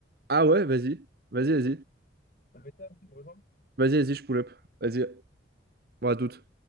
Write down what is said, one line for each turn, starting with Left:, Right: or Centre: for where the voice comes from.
Right: Ah ouais, vas-y. Vas-y, vas-y.
Left: Ça peut être tard, tu me rejoins
Right: Vas-y, vas-y, je pull up. Vas-y. Bon, à toutes.